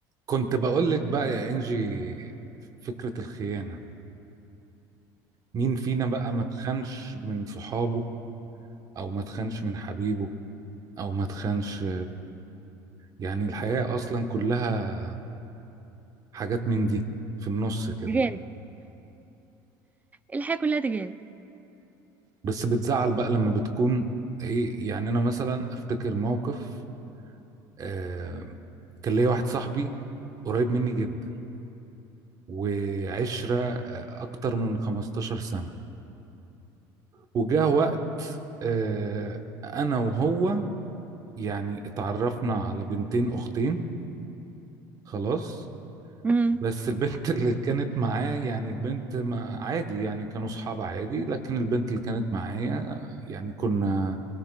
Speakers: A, on the right; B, on the right.
A: كنت بقول لك بقى يا انجي فكرة الخيانة مين فينا بقى ما تخنش من صحابه او ما تخنش من حبيبه او ما تخنش يعني الحياة اصلا كلها حاجات من دي في النص كده
B: تجارب الحياة كلها تجارب
A: بس بتزعل بقى لما بتكون ايه يعني انا مثلا افتكر موقف آه كان ليا واحد صاحبي قريب مني جدا وعشرة آه، اكتر من 15 سنة وجاه وقت آه انا وهو يعني اتعرفنا على بنتين اختين خلاص
B: امم
A: بس البنت <laughs> اللي كانت معاه يعني البنت ما عادي يعني كانوا صحاب عادي لكن البنت اللي كانت معايا يعني كنا